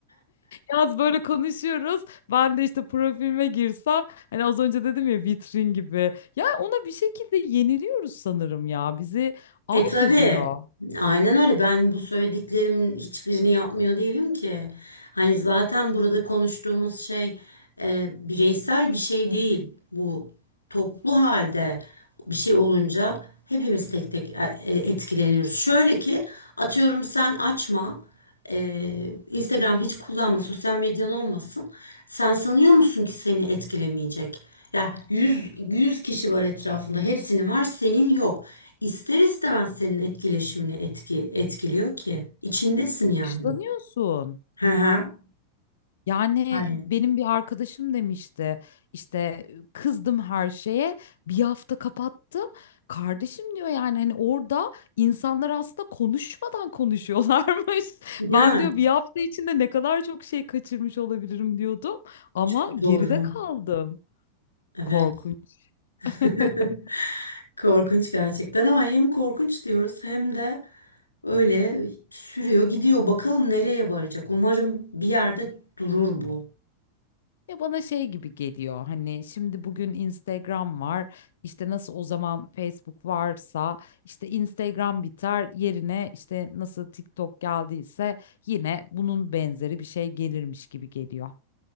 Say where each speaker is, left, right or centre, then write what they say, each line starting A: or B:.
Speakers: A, on the left; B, on the left.
A: Yaz böyle konuşuyoruz. Ben de işte profilime girsem hani az önce dedim ya vitrin gibi. Ya ona bir şekilde yeniliyoruz sanırım ya. Bizi alt
B: E tabii.
A: ediyor.
B: Aynen öyle. Ben bu söylediklerimin hiçbirini yapmıyor değilim ki. Hani zaten burada konuştuğumuz şey e, bireysel bir şey değil. Bu toplu halde bir şey olunca hepimiz tek tek e, e, etkileniyoruz. Şöyle ki atıyorum sen açma. Ee, Instagram hiç kullanma, sosyal medyan olmasın. Sen sanıyor musun ki seni etkilemeyecek? Ya yüz 100 kişi var etrafında, hepsinin var, senin yok. İster istemez senin etkileşimini etki, etkiliyor ki. İçindesin yani.
A: Dışlanıyorsun.
B: Hı hı.
A: Yani
B: Aynen.
A: benim bir arkadaşım demişti işte kızdım her şeye bir hafta kapattım. Kardeşim diyor yani hani orada insanlar aslında konuşmadan konuşuyorlarmış. <laughs>
B: Değil
A: Ben
B: mi?
A: diyor bir hafta içinde ne kadar çok şey kaçırmış olabilirim diyordum ama
B: Çok doğru.
A: geride kaldım.
B: Evet.
A: Korkunç.
B: <laughs>
A: <laughs>
B: Korkunç gerçekten ama hem korkunç diyoruz hem de öyle sürüyor gidiyor. Bakalım nereye varacak. Umarım bir yerde durur bu.
A: Ya bana şey gibi geliyor hani şimdi bugün Instagram var işte nasıl o zaman Facebook varsa işte Instagram biter yerine işte nasıl TikTok geldiyse yine bunun benzeri bir şey gelirmiş gibi geliyor.